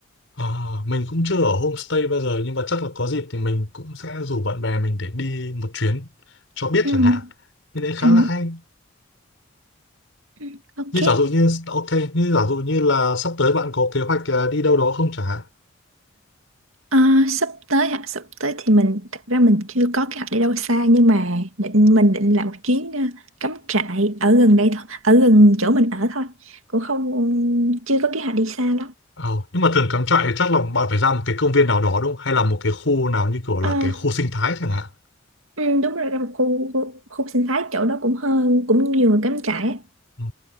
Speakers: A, on the left; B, on the right.
A: à, mình cũng chưa ở homestay bao giờ nhưng mà chắc là có dịp thì mình cũng sẽ rủ bạn bè mình để đi một chuyến cho biết
B: ừ,
A: chẳng hạn. Thì đấy khá
B: ừ,
A: là hay.
B: ừ, ok
A: Như giả dụ như ok, như giả dụ như là sắp tới bạn có kế hoạch à, đi đâu đó không chẳng hạn?
B: Ờ, sắp tới hả sắp tới thì mình thật ra mình chưa có kế hoạch đi đâu xa nhưng mà định mình định làm một chuyến ờ, cắm trại ở gần đây thôi ở gần chỗ mình ở thôi cũng không chưa có kế hoạch đi xa
A: Ờ, nhưng mà thường cắm trại thì chắc là bạn phải ra một cái công viên nào đó đúng không? Hay là một cái khu nào như kiểu là
B: lắm
A: cái khu sinh thái chẳng hạn.
B: Ừ, đúng rồi, ra một khu, khu, khu sinh thái chỗ đó cũng hơn cũng nhiều người cắm trại. á.
A: Ừ.